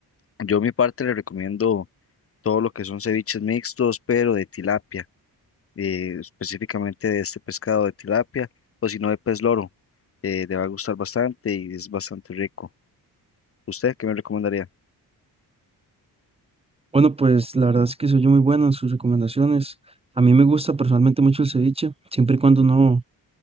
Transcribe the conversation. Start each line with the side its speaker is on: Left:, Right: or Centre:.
Left: Yo, a mi parte, le recomiendo todo lo que son ceviches mixtos, pero de tilapia, eh, específicamente de este pescado de tilapia, o si no, de pez loro. Eh, le va a gustar bastante y es bastante rico. ¿Usted qué me recomendaría?
Right: Bueno, pues la verdad es que soy yo muy bueno en sus recomendaciones. A mí me gusta personalmente mucho el ceviche, siempre y cuando no